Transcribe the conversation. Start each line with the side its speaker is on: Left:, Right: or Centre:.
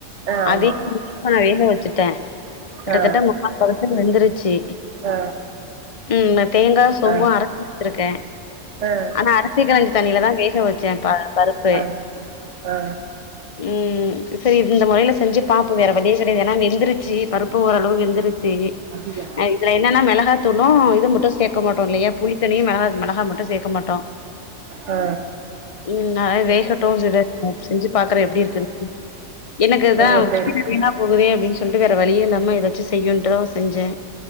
Right: ஆ
Left: அதையு
Right: ஆமா.
Left: <inaudible> இப்ப நா வேக வச்சுட்ட கிட்டதட்ட
Right: ஆ.
Left: முக்காள் பதத்துக்கு வெந்துருச்சி
Right: ஆ.
Left: உம் தேங்கா சோம்பு
Right: ஆ.
Left: அரைச்சி வச்சிருக்க
Right: ஆ. ஆ.
Left: ஆனா அரிசி கழஞ்ச தண்ணியில தா வேக வச்ச ப பருப்பு
Right: ஆ. ஆ.
Left: உம் செரி இந்த முறையில செஞ்சு பாப்போ வேற வளியே கெடையாது எனா வெந்த்ருச்சி பருப்பு ஓரளவு வெந்திருச் <unintelligible>
Right: அப்படியா?
Left: இதுல என்னன்னா மெளகா தூளும் இது மட்டு சேக்க மாட்டோ இல்லையா புளித்தனியு மெளகா மெளகா மட்டு சேர்க்க மாட்டோ
Right: ஆ
Left: உம் நா வேகட்டும் <inaudible> செஞ்சி பாக்குற எப்டி இருக்கு எனக்குதா
Right: ஆ சரி
Left: கீர வீணா போகுதே அப்டின்னு சொல்ட்டு வேற வழியே இல்லாம எதாச்சு செய்யுன்ட்டுதா செஞ்ச